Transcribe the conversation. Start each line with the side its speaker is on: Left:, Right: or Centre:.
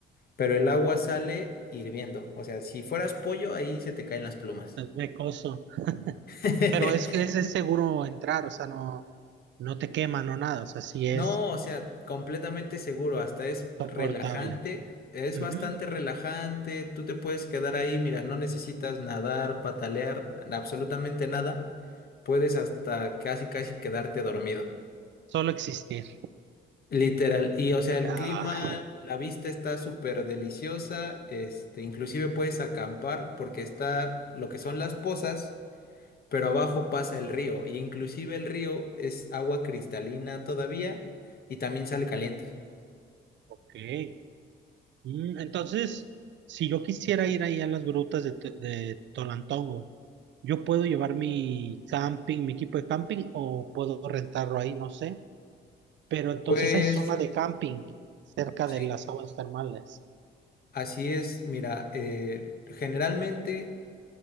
Left: pero el agua sale hirviendo. O sea, si fueras pollo, ahí se te caen las plumas.
Right: entonces de coso.
Left: <laughs>
Right: Pero es, es, es seguro entrar, o sea, no, no te quema, no nada, o sea, sí
Left: No,
Right: es
Left: o sea, completamente seguro, hasta es
Right: soportable.
Left: relajante, es
Right: Ujú.
Left: bastante relajante, tú te puedes quedar ahí, mira, no necesitas nadar, patalear, absolutamente nada, puedes hasta casi casi quedarte dormido,
Right: Solo existir.
Left: literal, y o sea, el
Right: Ah,
Left: clima, la vista está súper deliciosa, este, inclusive puedes acampar porque está lo que son las pozas, pero abajo pasa el río, y inclusive el río es agua cristalina todavía y también sale caliente.
Right: ok. Mm, entonces, si yo quisiera ir ahí a las grutas de, T- de Tolantongo, ¿yo puedo llevar mi camping, mi equipo de camping, o puedo rentarlo ahí? No sé. Pero entonces
Left: Pues
Right: hay zona de camping cerca
Left: sí,
Right: de las aguas termales,
Left: así es. Mira, eh, generalmente